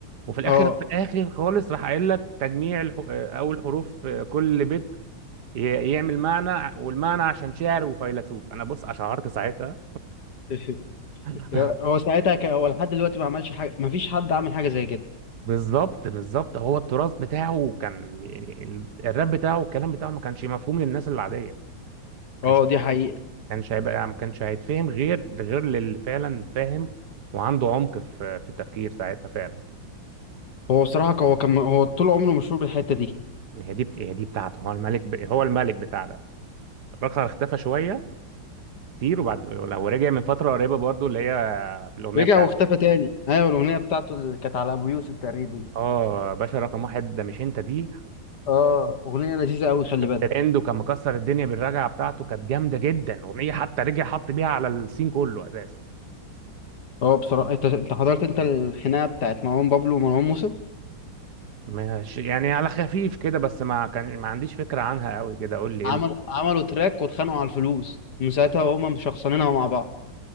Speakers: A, on the right (about 55°); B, on the left (about 60°).
A: وفي الاخر
B: اه
A: في الاخر خالص راح قايل لك تجميع الح... آه، اول حروف آه، كل بيت ي- يعمل معنى والمعنى عشان شاعر وفيلسوف انا بص اشعرت ساعتها
B: <laughs>
A: <laughs>
B: يا- هو ساعتها ك... هو لحد دلوقتي ما عملش حاجه ما فيش حد عمل حاجه زي كده
A: بالظبط بالظبط هو التراث بتاعه كان يعني ال- الراب بتاعه والكلام بتاعه ما كانش مفهوم للناس العاديه كانش
B: اه دي حقيقه
A: كانش هيبقى ما كانش هيتفهم غير غير للي فعلا فاهم وعنده عمق في في التفكير ساعتها فعلا
B: هو بصراحه ك- هو كان هو طول عمره مشهور بالحته دي
A: يعني هي دي بت- هي دي بتاعته هو الملك ب... هو الملك بتاع ده رخر اختفى شويه كتير وبعد لو رجع من فتره قريبه برضو اللي هي بالاغنيه
B: رجع
A: بتاعت
B: واختفى تاني ايوه الاغنيه بتاعته اللي كانت على ابو يوسف تقريبا
A: اه باشا رقم واحد ده مش انت دي
B: اه اغنيه لذيذه قوي خلي بالك
A: ترند وكان مكسر الدنيا بالرجعه بتاعته كانت جامده جدا اغنيه حتى رجع حط بيها على السين كله اساسا
B: هو بصراحة انت انت حضرت انت الخناقة بتاعت مروان بابلو ومروان موسى
A: ماشي يعني على خفيف كده بس ما كان ما عنديش فكره عنها قوي كده قول لي ايه
B: عمل
A: اللي-
B: عملوا تراك واتخانقوا على الفلوس من ساعتها وهما مشخصنينها مع بعض